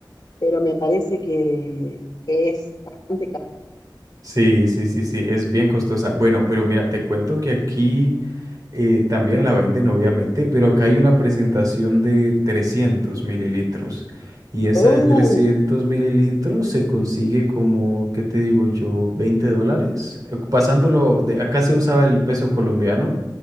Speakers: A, on the left (about 50°); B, on the right (about 50°).
A: pero me parece que, que es bastante caro.
B: Sí, sí, sí, sí, es bien costosa. Bueno, pero mira, te cuento que aquí eh, también la venden, obviamente, pero acá hay una presentación de 300 mililitros. Y esa
A: ¡Uh!
B: de 300 mililitros se consigue como, ¿qué te digo yo? 20 dólares. Eh, Pasándolo, de, acá se usaba el peso colombiano